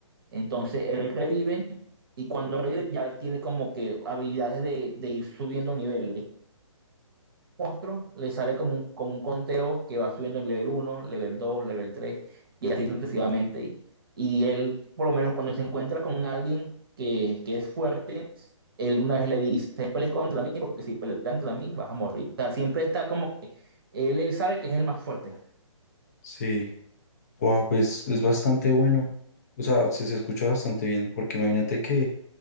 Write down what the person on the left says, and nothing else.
Sí. Wow, pues es bastante bueno. O sea, se, se escucha bastante bien, porque imagínate que